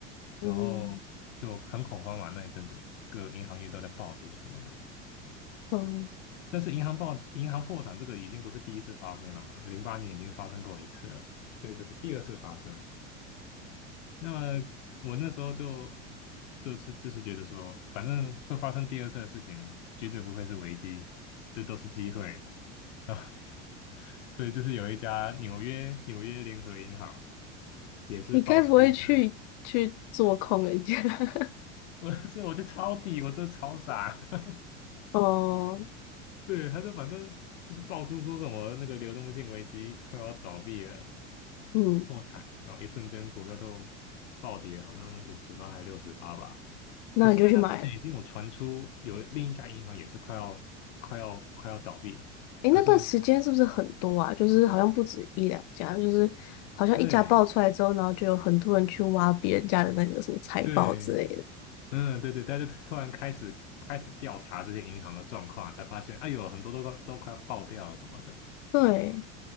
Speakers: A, on the left; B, on the left.
A: 嗯
B: 然后就很恐慌嘛，那一阵子各银行业都在暴跌什么的。
A: 嗯，
B: 但是银行暴银行破产这个已经不是第一次发生了嘛，零八年已经发生过一次了，所以这是第二次发生。那么我那时候就就是就是觉得说，反正会发生第二次的事情，绝对不会是危机，这都是机会啊。<laughs> 所以就是有一家纽约纽约联合银行。也是爆出一个
A: 你该不会去去做空人家？<laughs>
B: <laughs>，我是我就抄底，我真的超傻。<laughs>
A: 哦，
B: 对，他就反正就是爆出说什么那个流动性危机快要倒闭了，
A: 嗯，
B: 破产，然后一瞬间股票就暴跌，好像五十趴还是六十趴吧。
A: 那你就去买了
B: 可是，在那之前已经有传出有另一家银行也是快要快要快要倒闭，
A: 诶，
B: 可是没
A: 那段时间是不是很多啊？就是好像不止一两家，就是好像一家爆出来之后，
B: 对
A: 然后就有很多人去挖别人家的那个什么财宝之类的。
B: 对嗯对对，但是突然开始开始调查这些银行的状况，才发现哎呦很多都快都快要爆掉了什么的。
A: 对，